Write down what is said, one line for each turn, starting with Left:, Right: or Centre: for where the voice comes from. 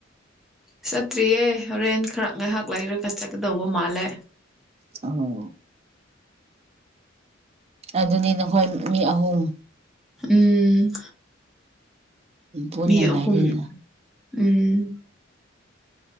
Centre: ꯆꯠꯇ꯭ꯔꯤꯌꯦ ꯍꯣꯔꯦꯟ ꯈꯔ ꯉꯥꯏꯍꯥꯛ ꯂꯩꯔꯒ ꯆꯠꯀꯗꯧꯕ ꯃꯥꯜꯂꯦ
Right: ꯑꯣ ꯑꯗꯨꯅꯤ ꯅꯈꯣꯏ ꯃꯤ ꯑꯍꯨꯝ
Centre: ꯎꯝ ꯎꯝ
Right: ꯄꯨꯟꯅ
Centre: ꯃꯤ ꯑꯍꯨꯝ
Right: ꯂꯩꯔꯦꯅ
Centre: ꯎꯝ